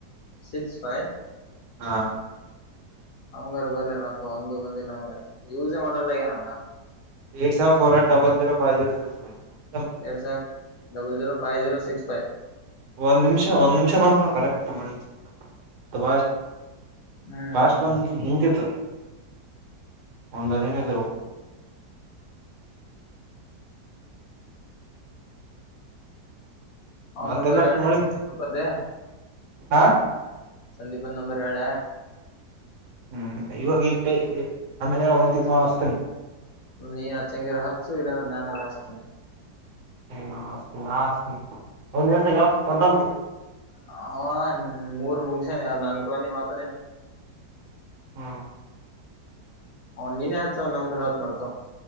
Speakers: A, on the left (about 65°); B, on the right (about 70°).
A: six five
B: ಹಾ
A: ಅವಂಗಾರ ಬರ್ಲಾರ ಅಕ್ಕ ಒಂದು ಬಂದಿಲ್ಲ ಅವಂಗ ಯೂಸೇ ಮಾಡಲ್ಲ ಏನ್ಣ
B: ಏ ಸೆವೆನ್ ೋರ್ ಟ್ ಡಲ್ ಜರೋಫೈ್ ಜೀೋ ಸಿಕ್ಸ್ ಫ್
A: ಎ ಡಲ್ ಜರೋ ಫ್ ಜೀರೋ ಸಿಸ್ ಫ್
B: ಒಂದ್ ನಿಮಿಷ ಒಂದ್ ನಿಮಷ ಬ ಕರೆಕ್ಟ್ ಮಾಡಿ ತ
A: ಹ್ಮ್
B: ಪಾಸ್ಟ್ ಬಂದ ನಿ ನಿಂಂತಿತ್ತು ಅದಾನಿ ನಲ್ಲವ
A: ಅವನ್
B: ಬಧೆ
A: ನಂಬರ್
B: ಲಕ್ಕಡ
A: ಹೇಳ
B: ಮಾಡಿ
A: ಗೊತ್ತೆ
B: ಹಾ
A: ಸಂದೀಪ ನಂಬರ್ ಹೇಳಳ
B: ಹ್ಮ್ ಇವಾಗ ಇ ಆಮೇ ಒಂತಸ್ತನ
A: ನೀ ಹಗೆ ಹಸು ಇಲ್ಲ ನಾನ ಹಚ್ತೆ
B: ನಸ್ತಿ ನಸ್ತಿ ಹಂದು ದಿವಸಕ್ಕೆ ಟಂತ
A: ಹ ಮೂರ್ ಮುಗಿಸಾನ ಯಾರು ನನ್ಕೂರಾನ ಮಾತಾನೇ
B: ಹ್ಮ
A: ಹ ನೀನೇ ಹತ್ ನಂಬ್ರ ಹತ್ ನೋಡ್ತ